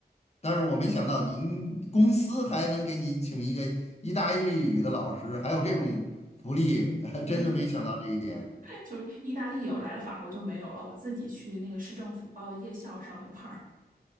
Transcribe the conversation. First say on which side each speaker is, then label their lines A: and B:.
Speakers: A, on the left; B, on the right.
A: 但是我没想到您公司还能给你请一个意大利语的老师，还有这种福利，<laughs> 真的没想到这一点。
B: <laughs> 就意大利有，来了法国就没有了。我自己去那个市政府报的夜校上的班儿。